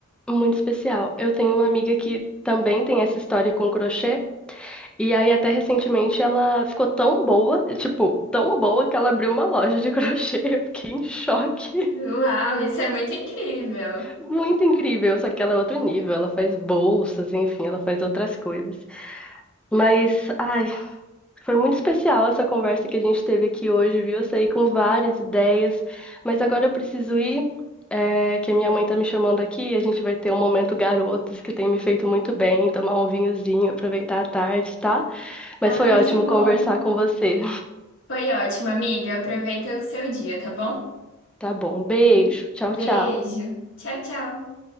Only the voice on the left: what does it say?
Uau, isso é muito incrível.
Ai,
que bom.
Foi ótimo, amiga. Aproveita o seu dia, tá bom?
Beijo.
Tchau, tchau.